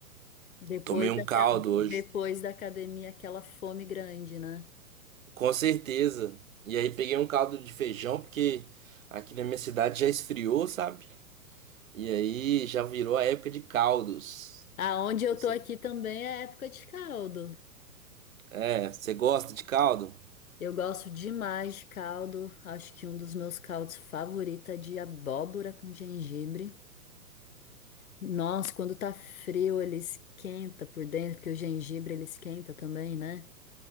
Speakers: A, on the left; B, on the right.
A: depois
B: tomei um
A: da,
B: caldo hoje,
A: depois da academia, aquela fome grande, né?
B: com certeza. E aí peguei um caldo de feijão, porque aqui na minha cidade já esfriou, sabe? E aí já virou a época de caldos.
A: Aonde eu
B: Você-
A: tô aqui também é época de caldo.
B: É, você gosta de caldo?
A: Eu gosto demais de caldo. Acho que um dos meus caldos favoritos é de abóbora com gengibre. Nossa, quando tá frio, ele esquenta por dentro, porque o gengibre ele esquenta também, né?